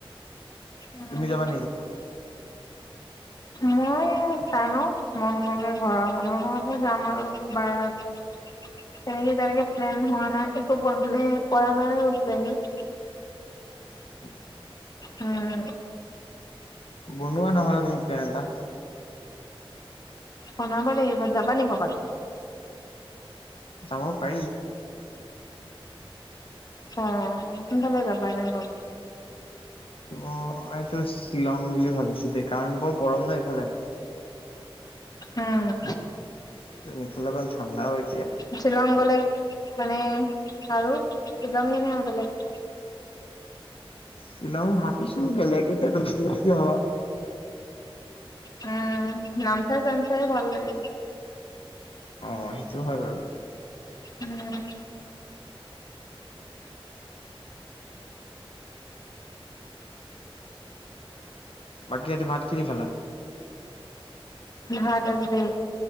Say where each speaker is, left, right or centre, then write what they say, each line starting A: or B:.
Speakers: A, on the left (about 40°); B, on the left (about 70°).
A: উম
B: তুমি যাবা নেকি ক'ৰবাত?
A: মই চাই লওঁ, মন গ'লে ঘৰৰ মানুহৰ লগতহে যাম আৰু। বাৰ তেনেকে-তেনেকে প্লেন হোৱা নাই। একো মানে কৰা নাই আৰু প্লেনিঙ।
B: <unintelligible>
A: উম।
B: বনোৱা নহ'লে তুমি প্লেন এটা।
A: বনাব লাগিব, যাবা নি ক'ৰবাত?
B: যাব পাৰি।
A: অ', কোন ফালে যাব বানাই হ'ল
B: মইটো শ্বিলং বুলি ভাবিছোঁ দেই। কাৰণ বৰ গৰম ন এইফালে ।
A: উম
B: ত' এইফালে অকন ঠাণ্ডা হৈ
A: শ্বিলং গ'লে, মানে আৰু শ্বিলং নে আৰু বেলেগ?
B: শ্বিলং ভাবিছো, গেলেকেতে <unintelligible>
A: উম নামচাই-চামচাই ভাল লাগে।
B: অ' সেইটো হয় বাৰু।
A: উম।
B: বাকি আজি ভাত কি দি খালা?
A: ভাত আজি,